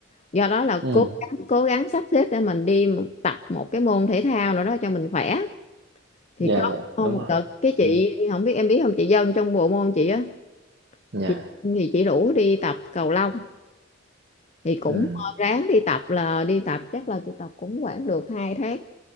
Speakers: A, on the left; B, on the right.
A: do đó là
B: ừ
A: cố gắng cố gắng sắp xếp để mình đi tập một cái môn thể thao nào đó cho mình khỏe thì
B: dạ dạ
A: có
B: đúng
A: một
B: rồi
A: đợt cái chị
B: ừ
A: không biết em biết không chị Dân trong bộ môn chị á
B: dạ
A: chị thì chị rủ đi tập cầu lông thì cũng
B: ừ
A: ờ, ráng đi tập là đi tập chắc là chị tập cũng khoảng được hai tháng